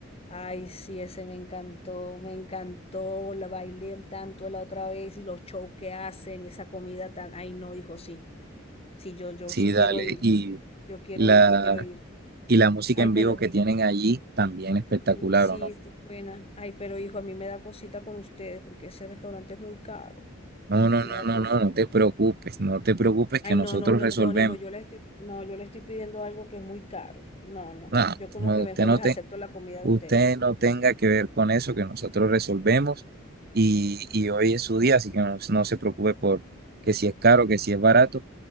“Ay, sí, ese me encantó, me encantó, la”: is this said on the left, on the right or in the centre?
Left